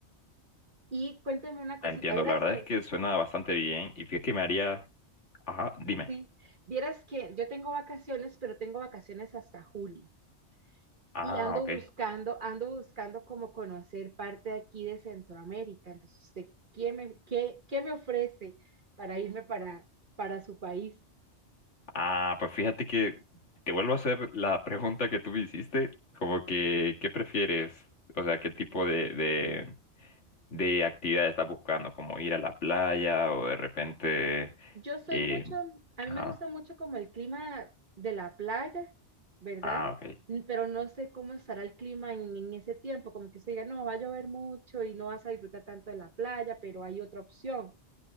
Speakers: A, on the right; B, on the left.
A: Y cuénteme una cosita,
B: entiendo.
A: ¿verdad?
B: La
A: Es
B: verdad
A: que
B: es que suena bastante bien. Y fíjate que me haría. Ajá, dime.
A: Sí, vieras que yo tengo vacaciones, pero tengo vacaciones hasta julio.
B: Ah,
A: Y ando
B: ok.
A: buscando, ando buscando como conocer parte de aquí de Centroamérica. Entonces, ¿usted qué me, qué, qué me ofrece para irme para, para su país?
B: Ah, pues fíjate que te vuelvo a hacer la pregunta que tú me hiciste, como que, ¿qué prefieres? O sea, ¿qué tipo de, de, de actividad estás buscando? ¿Como ir a la playa o de repente...
A: Yo soy
B: eh,
A: mucho, a mí
B: ajá.
A: me gusta mucho como el clima de la playa, ¿verdad?
B: Ah, ok.
A: N- Pero no sé cómo estará el clima en, en ese tiempo, como que usted diga, no, va a llover mucho y no vas a disfrutar tanto de la playa, pero hay otra opción.